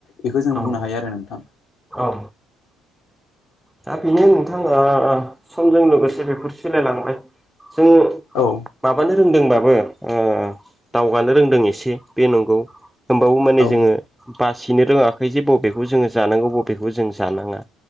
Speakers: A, on the left; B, in the centre.
A: बेखौ जों बुंनो
B: औ
A: हायो आरो नोंथां।
B: औ दा बेनो नोंथां ओ समजों लोगोसे बेफोर सोलायलांबाय। जों
A: औ
B: माबानो रोंदोंबाबो ओ दावगानो रोंदों एसे बे नंगौ होमबावो माने
A: औ
B: जोङो बासिनो रोङाखै जे बबेखौ जोङो जानांगौ बबेखौ जों जानाङा।